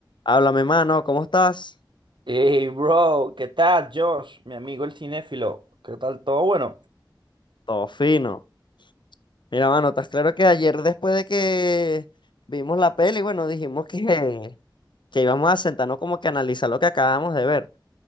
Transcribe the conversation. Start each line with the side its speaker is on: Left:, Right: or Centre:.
Left: Háblame, mano, ¿cómo estás?
Right: Hey, bro, ¿qué tal, Josh? Mi amigo el cinéfilo. ¿Qué tal todo? Bueno,
Left: Todo fino. Mira, mano, estás claro que ayer después de que vimos la peli, bueno, dijimos que, <laughs> que íbamos a sentarnos como que a analizar lo que acabamos de ver.